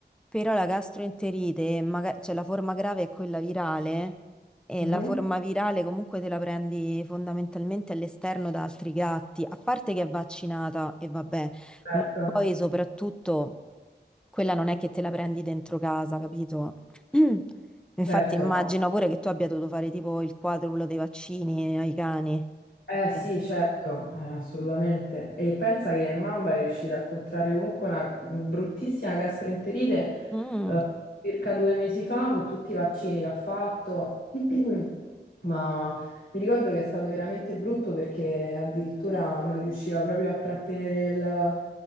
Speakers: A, in the centre; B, on the left.
A: però la gastroenterite, maga- cioè la forma grave è quella virale e
B: Mhm,
A: la forma virale comunque te la prendi fondamentalmente all'esterno da altri gatti, a parte che è vaccinata e vabbè,
B: Certo,
A: ma poi soprattutto quella non è che te la prendi dentro casa, capito? <clears throat> Infatti
B: certo,
A: immagino
B: no.
A: pure che tu abbia dovuto fare tipo il quadruplo dei vaccini ai cani.
B: Eh sì,
A: Sì.
B: certo, eh, assolutamente. E pensa che Mamba è riuscita a contrarre comunque una mm, bruttissima gastroenterite
A: Mm,
B: eh, circa due mesi fa con tutti i vaccini che ha fatto, <clears throat> ma mi ricordo che è stato veramente brutto perché addirittura non riusciva proprio a trattenere il,